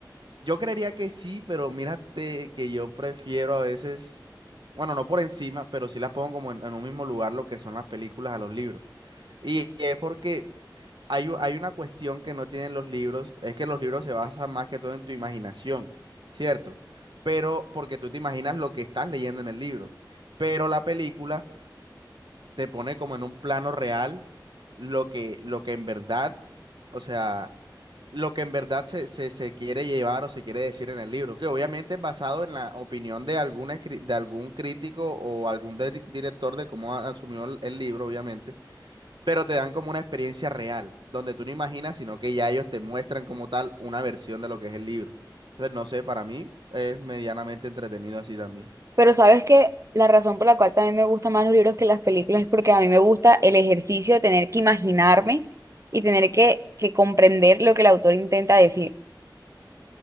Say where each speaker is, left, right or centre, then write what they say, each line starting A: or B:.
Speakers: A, on the right; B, on the right.
A: Yo creería que sí, pero mírate que yo prefiero a veces, bueno, no por encima, pero sí las pongo como en, en un mismo lugar lo que son las películas a los libros. Y es porque hay, u- hay una cuestión que no tienen los libros, es que los libros se basan más que todo en tu imaginación, ¿cierto? Pero porque tú te imaginas lo que estás leyendo en el libro. Pero la película te pone como en un plano real lo que, lo que en verdad, o sea lo que en verdad se, se, se quiere llevar o se quiere decir en el libro, que obviamente es basado en la opinión de algún, escri- de algún crítico o algún dir- director de cómo a- asumió el, el libro, obviamente, pero te dan como una experiencia real, donde tú no imaginas, sino que ya ellos te muestran como tal una versión de lo que es el libro. Entonces, no sé, para mí es medianamente entretenido así también.
B: Pero sabes que la razón por la cual también me gustan más los libros que las películas es porque a mí me gusta el ejercicio de tener que imaginarme y tener que, que comprender lo que el autor intenta decir.